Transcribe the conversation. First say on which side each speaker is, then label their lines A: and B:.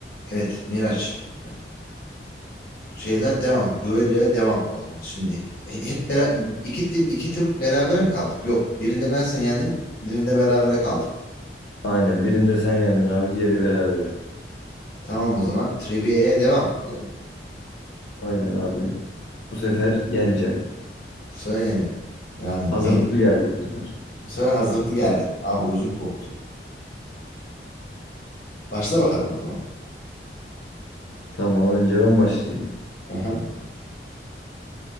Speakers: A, on the left; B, on the left.
A: Evet Miraç. Şeyler devam. Düelloya devam o zaman şimdi. E, Hep bera- iki, di- iki tur berabere mi kaldık? Yok. Birinde ben seni yendim. Birinde berabere kaldık.
B: Aynen. Birinde sen yendin abi. Diğeri berabere.
A: Tamam o zaman. Trivia'ya devam o zaman.
B: Aynen abi. Bu sefer yeneceğim.
A: Bu sefer yenir. Yani
B: Hazırlıklı
A: meydan
B: geldim bu sefer.
A: bu sefer hazırlıklı geldin. Aa gözüm korktu. Başla bakalım o zaman.
B: Tamam önce ben başlayayım.
A: Aha.